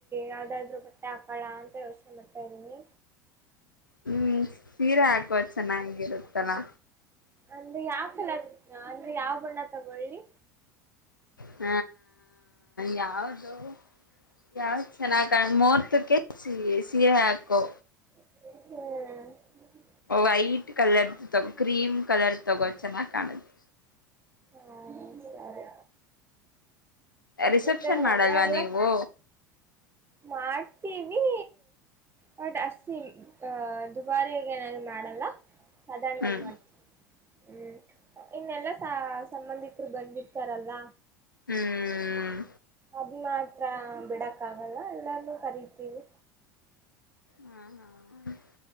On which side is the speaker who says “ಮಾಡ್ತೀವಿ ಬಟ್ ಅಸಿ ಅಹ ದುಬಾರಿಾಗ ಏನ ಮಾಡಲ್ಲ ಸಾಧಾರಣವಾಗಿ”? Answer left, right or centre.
Right